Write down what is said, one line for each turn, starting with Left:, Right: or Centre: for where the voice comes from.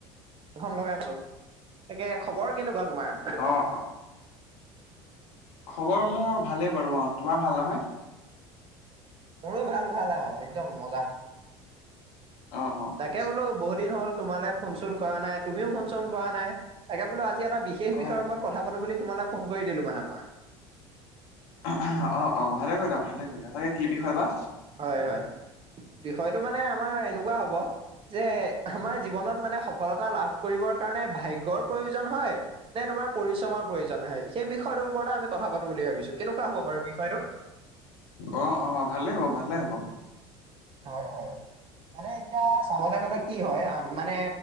Right: খন লগাই আছো। তাকে খবৰ কেনেকুৱা তোমাৰ?
Left: অ অ খবৰ মোৰ ভালেই বাৰু অ' তোমাৰ ভাল নহয়।
Right: মোৰো ভাল ভাল আৰু একদম মজা।
Left: অ অ
Right: তাকে
Left: আচ্ছা
Right: বোলো বহুত দিন হ'ল তোমালে- ফোন চোন কৰা নাই, তুমিও ফোন চোন কৰা নাই তাকে বোলো আজি এটা বিশেষ
Left: হয়
Right: বিষয়ৰ ওপৰত- কথা পাতো বুলি তোমালে ফোন কৰি দিলো মানে মই।
Left: অহ-অহ' ভালে কৰিলা ভালে কৰিলা, তাকে কি বিষয় বা।
Right: হয় হয়, বিষয়টো মানে আমাৰ এনেকুৱা হ'ব- যে আমাৰ জীৱনত মানে সফলতা লাভ কৰিবৰ কাৰণে ভাগ্যয়ৰ প্ৰয়োজন হয়- নে তোমাৰ পৰিশ্ৰমৰ প্ৰয়োজন হয়। সেই বিষয়টোৰ ওপৰত আমি কথা পাতো বুলি ভাবিছো কেনেকুৱা হ'ব বাৰু বিষয়টো।
Left: অহ-অহ' ভালেই হ'ব ভালেই হ'ব।
Right: হয় হয়, মানে এতিয়া চাবলৈ গ'লে - কি হয় মানে